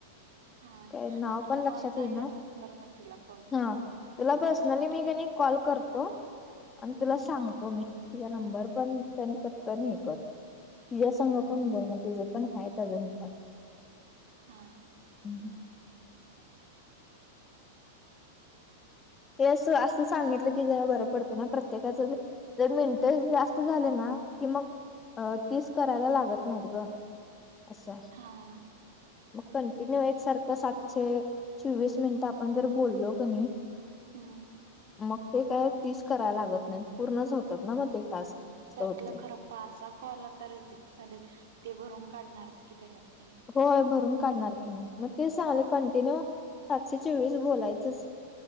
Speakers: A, on the right; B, on the left.
A: हां.
B: काय नाव
A: आपलं
B: पण
A: कॉल
B: लक्षात
A: झाल्यानंतर
B: येईना
A: मग तिला करतो
B: हा
A: नंतर
B: तुला
A: उद्या
B: पर्सनली
A: करतो.
B: मी कनी कॉल करतो तो आणि
A: हम्म.
B: तुला सांगतो मी तुला नंबर पण सेंड करतो आणि हे कर तिज
A: हम्म.
B: संघ पण बोलण ते जे पण आहे त्याजनंतर
A: हां.
B: <inaudible> <unintelligible> हे अस असं सांगितलं की जरा बरं पडते ना प्रत्येकाचं जर मिनट जास्त झाले ना कि मग अ तीस करायला लागत नाहीत ग असंय.
A: हां.
B: मग कंटिन्यू एकसारखं सातशे चोवीस मिनिटं आपण जर बोललो कणी
A: हम्म.
B: मग ते काय तिस करायला लागत नाही पूर्णच होतात ना मग ते. टास्क
A: हम्म्म
B: असं
A: त्यातलं
B: होते
A: खर पासा कॉल आता रिजेक्ट झालेत ते भरून काढणारच की त्याज्यात त्यांनी.
B: होय भरून काढणार की मंग तेच सांगाले कंटिन्यू पाचशे चोवीस बोलायचंच.